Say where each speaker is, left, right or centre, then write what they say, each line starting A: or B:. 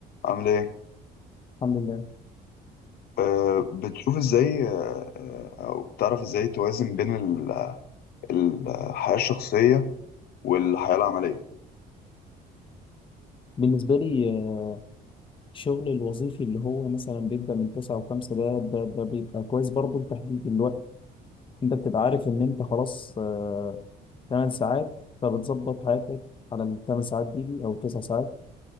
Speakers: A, on the left (about 65°); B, on the left (about 30°).
A: عامل ايه؟
B: الحمد لله
A: أه بتشوف ازاي أه آه، او بتعرف ازاي توازن بين ال- الحياة الشخصية والحياة العملية
B: بالنسبة لي آه، الشغل الوظيفي اللي هو مثلا بيبدأ من تسعة وخمسة ده ده ده بيبقى كويس برضه لتحديد الوقت انت بتبقى عارف ان انت خلاص آه، 8 ساعات فبتظبط حياتك على الثمان ساعات دي, دي او تسع ساعات